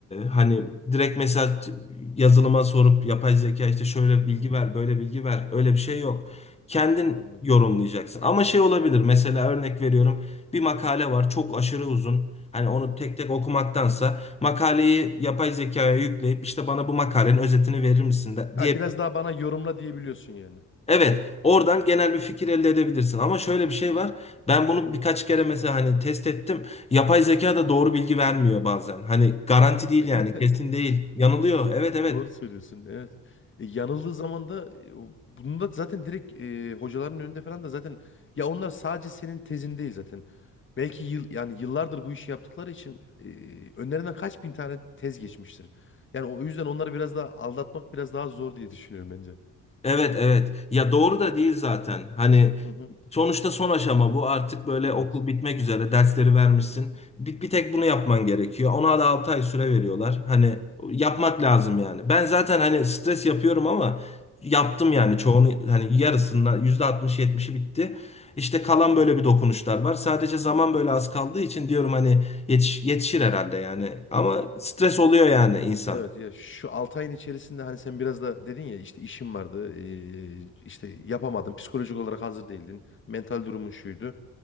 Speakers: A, on the left; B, on the left.
A: hani direkt mesela t- yazılıma sorup yapay zeka işte şöyle bilgi
B: hmm,
A: ver, böyle bilgi ver. Öyle bir şey yok. Kendin
B: anladım.
A: yorumlayacaksın. Ama şey olabilir. Mesela örnek veriyorum. Bir makale var. Çok aşırı uzun. Hani onu
B: Hı hı.
A: tek tek okumaktansa makaleyi yapay zekaya yükleyip işte bana bu makalenin özetini verir misin de,
B: Ha
A: diye
B: biraz daha bana yorumla diyebiliyorsun yani.
A: Evet, oradan genel bir fikir elde edebilirsin. Ama şöyle bir şey
B: Hı
A: var. Ben bunu birkaç kere mesela hani test ettim. Yapay zeka da doğru bilgi vermiyor bazen. Hani garanti değil
B: hı.
A: yani,
B: <laughs>
A: kesin değil. Yanılıyor. Evet evet.
B: Doğru söylüyorsun. Evet. E, yanıldığı zaman da e, o- bunu da zaten direkt e, hocaların önünde falan da zaten ya onlar sadece senin tezin değil zaten. Belki yıl yani yıllardır bu işi yaptıkları için e, önlerinden kaç bin tane tez geçmiştir. Yani o yüzden onları biraz daha aldatmak biraz daha zor diye düşünüyorum bence.
A: Evet evet. Ya doğru da değil zaten. Hani
B: Hı hı.
A: sonuçta son aşama bu. Artık böyle
B: Evet.
A: okul bitmek üzere dersleri vermişsin.
B: Hı hı.
A: Bir, bir tek bunu yapman gerekiyor. Ona da 6 ay süre veriyorlar. Hani yapmak lazım yani. Ben zaten hani stres yapıyorum ama yaptım yani
B: Hı
A: çoğunu hani yarısından %60-70'i bitti. İşte kalan böyle bir dokunuşlar var. Sadece zaman
B: hı.
A: böyle az kaldığı için diyorum hani yetiş- yetişir herhalde yani. Ama
B: Hı hı.
A: stres oluyor yani insan.
B: Evet ya şu 6 ayın içerisinde hani sen biraz da dedin ya işte işim vardı e, işte yapamadın psikolojik olarak hazır değildin mental durumun şuydu.